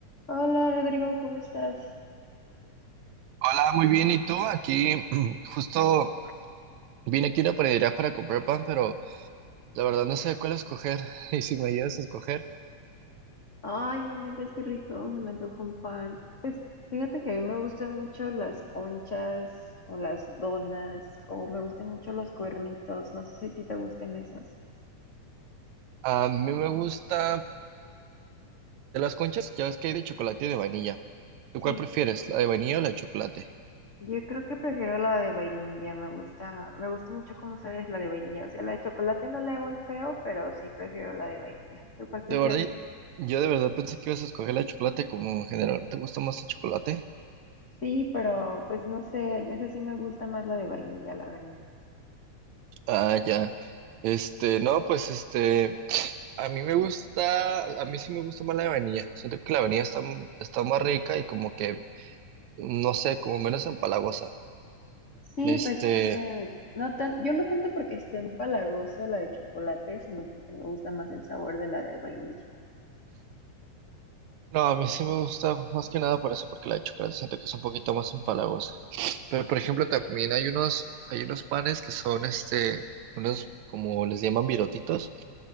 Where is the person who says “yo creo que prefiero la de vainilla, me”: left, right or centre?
Left